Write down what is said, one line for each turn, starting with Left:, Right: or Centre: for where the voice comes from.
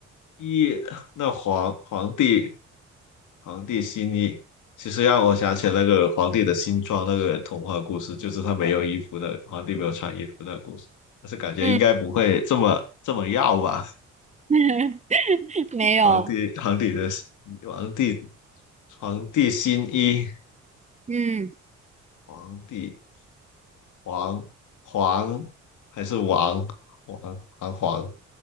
Left: 一那皇皇帝皇帝新衣，其实让我想起那个皇帝的新装那个童话故事，就是他没有衣服的，皇帝没有穿衣服那个故事。但是感觉应该不会这么这么要吧？
Right: 嗯，<laughs> 没有，
Left: <laughs> 皇帝皇帝的皇帝皇帝新衣，
Right: 嗯，
Left: 皇帝皇皇还是王王皇皇？